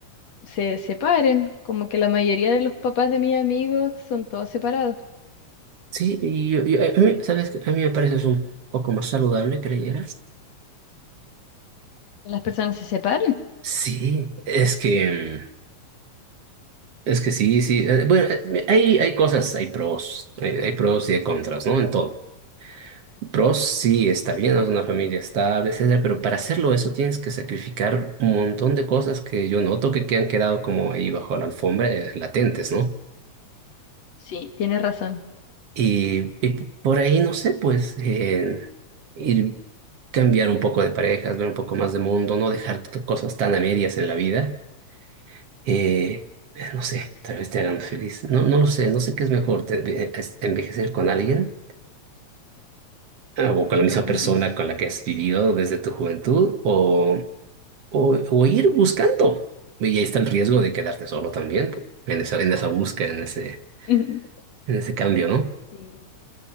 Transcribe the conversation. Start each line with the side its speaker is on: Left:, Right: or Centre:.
Left: se separen, como que la mayoría de los papás de mis amigos son todos separados.
Right: Sí, y yo- yo- a mí, ¿sabes? qué? A mí me parece es un poco más saludable, ¿creyeras?
Left: ¿Las personas se separan?
Right: Sí, es que mm, Es que sí, sí. eh, Bueno, eh, hay, hay cosas, hay pros, hay, hay pros y hay contras, ¿no? En todo. Pros, sí, está bien, ¿no? es una familia estable, etcétera, pero para hacerlo eso tienes que sacrificar un montón de cosas que yo noto que, que han quedado como ahí bajo la alfombra, eh, latentes, ¿no?
Left: Sí, tienes razón.
Right: Y, y por ahí, no sé, pues, eh, ir cambiar un poco de parejas, ver un poco más de mundo, no dejar t- cosas tan a medias en la vida Eh, no sé, tal vez te hagan feliz. No, no lo sé, no sé qué es mejor, te- eh, es- envejecer con alguien eh, o con la misma
Left: Ujú.
Right: persona con la que has vivido desde tu juventud o, o, o ir buscando. Y ahí está el riesgo de quedarte solo también, pues, en esa, en esa búsqueda, en ese,
Left: <laughs>
Right: en ese cambio, ¿no?
Left: Sí.